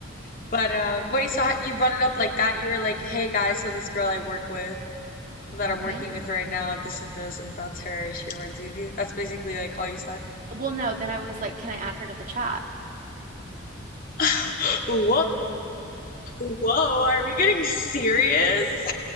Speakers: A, on the left; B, on the right.
A: But uh, wait, so how, you brought it up like that? You were like, "Hey guys, so this girl I work with that
B: hmm
A: I'm working with right now, this and this, and that's her. She reminds me of you." That's basically like all you said.
B: Well, no, then I was like, can I add her to the chat?
A: <laughs> Whoa, whoa, whoa! Are we getting serious?